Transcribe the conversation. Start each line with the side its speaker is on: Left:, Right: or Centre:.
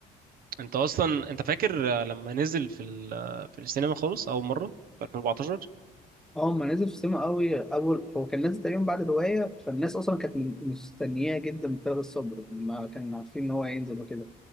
Right: انت اصلا انت فاكر آه، لما نزل في ال... آه، في السينما خالص اول مره في 2014
Centre: اه هما نزل في السينما قوي اول هو كان نازل تقريبا بعد الروايه فالناس اصلا كانت من- مستنياه جدا بفارغ الصبر ما كانوا عارفين ان هو هينزل وكده